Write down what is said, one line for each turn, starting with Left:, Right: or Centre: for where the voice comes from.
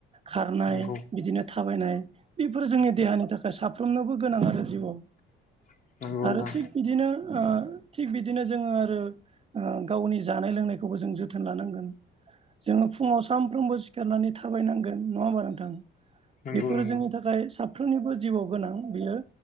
Right: खारनाय
Left: नंगौ
Right: बिदिनो थाबायनाय। बेफोर जोंनि देहानि थाखाय साफ्रोमनोबो गोनां आरो जिउआव।
Left: नंगौ नोंथां
Right: आरो थिग बिदिनो ओ थिग बिदिनो जोङो आरो गावनि जानाय लोंनायखौबो जों जोथोन लानांगोन। जोङो फुङाव सानफ्रोमबो सिखारनानै थाबायनांगोन नङा होमबा नोंथां?
Left: नंगौ
Right: बेफोरो
Left: नंगौ
Right: जोंनि थाखाय साफ्रोमनिबो जिउआव गोनां बियो।